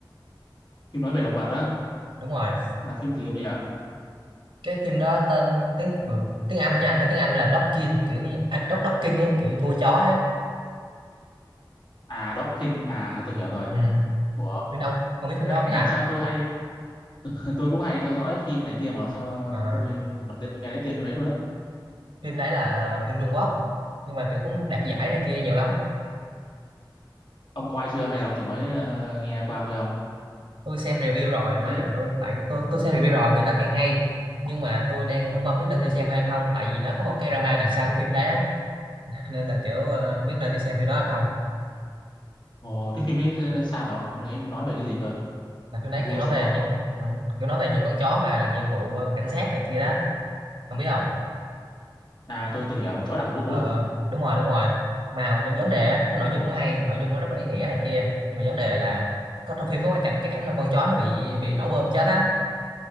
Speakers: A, on the left (about 65°); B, on the right (about 80°).
A: phim nói về động vật đó
B: Đúng rồi,
A: là phim gì ông nhỉ?
B: cái phim đó tên tiếng ừ, tiếng Anh nha, tên tiếng Anh là Dogkin, kiểu như à, Dog Dogkin ấy, kiểu vua chó ấy.
A: À, Dog King. À, tôi hiểu rồi.
B: Ừ,
A: Ủa,
B: phim đó ông, ông biết phim
A: cái
B: đó
A: lạ
B: không ta?
A: nhỉ? Sao tôi hay <laughs> tôi cũng hay theo dõi phim này kia mà sao
B: Ờ,
A: tôi lần đầu tiên tôi nghe thấy tên phim đấy luôn á.
B: phim đấy là ờ, phim Trung Quốc nhưng mà kiểu cũng đạt giải này kia nhiều lắm
A: Ông coi chưa hay là ông chỉ mới ờ, nghe qua thôi ông?
B: tôi xem review rồi
A: Phim
B: mà
A: đấy.
B: tôi tại tôi tôi xem review rồi người ta khen hay nhưng mà tôi đang phân vân không biết nên đi xem hay không tại vì nó có một cái drama đằng sau cái phim đấy đó <laughs> nên là kiểu ờ, không biết nên đi xem phim đó hay không
A: Ồ, thế phim ấy sao hả ông? Phim đấy nói về cái gì cơ?
B: là phim
A: Vua
B: đấy kiểu nói
A: chó
B: về
A: à?
B: những ừ, kiểu nói về những con chó mà làm nhiệm vụ ờ, cảnh sát này kia đó không biết không
A: À tôi tôi hiểu, chó đặc vụ
B: ờ
A: á hả?
B: ờ đúng rồi đúng rồi mà v- vấn đề á, cái nội
A: Ồ,
B: dung nó hay nội dung nó rất là ý nghĩa này kia nhưng mà vấn đề là có trong phim có cái cảnh cái cảnh mà con chó nó bị bị nổ bơm chết á